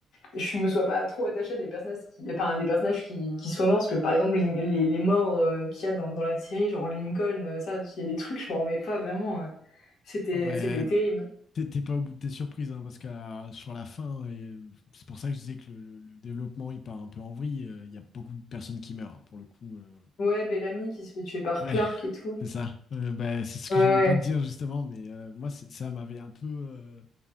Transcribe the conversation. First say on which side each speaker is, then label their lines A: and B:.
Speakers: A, on the left (about 70°); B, on the left (about 55°).
A: je me sois pas trop attachée à des personnages qui, enfin, à des personnages qui, qui soient morts, parce que par exemple, les, les, les morts euh, qu'il y a dans, dans la série, genre Lincoln, euh, ça, il y a des trucs, je m'en remets pas vraiment. euh. C'était,
B: Ah bah,
A: c'était terrible.
B: T'es t'es pas au bout de tes surprises, hein, parce que sur la fin, et euh, c'est pour ça que je disais que le, le- le développement il part un peu en vrille. euh, Il y a beaucoup de personnes qui meurent, hein, pour le coup. euh.
A: Ouais, Bellamy qui se fait tuer par
B: Ouais,
A: Clark et tout.
B: c'est ça. Euh, bah, c'est ce
A: Ouais,
B: que je voulais
A: ouais,
B: pas te dire justement, mais euh, moi c'est- ça m'avait un peu, euh,